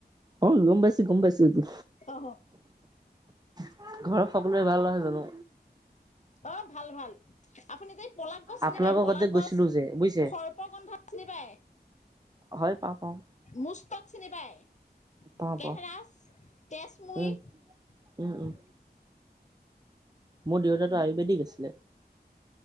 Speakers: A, on the right; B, on the left.
A: অ, গম পাইছোঁ, গম পাইছোঁ এইটো।
B: অ
A: ঘৰত সকলোৰে ভাল নহয় জানো?
B: অহ, ভাল -ভাল আপুনি যে, পলাক গছ চিনি
A: আপোনালোকৰ
B: পায়? পলাক
A: ঘৰত যে গৈছিলোঁ
B: গছ,
A: যে, বুজিছে?
B: সৰ্পগন্ধা চিনি পায়?
A: হয়, পাওঁ-পাওঁ।
B: মুস্তক চিনি পাই?
A: পাওঁ,
B: কেহৰাচ,
A: পাওঁ,
B: কেচমুই,
A: উম, উম, উম, মোৰ দেউতাটো আয়ুৰ্বেদিক আছে। <unintelligible>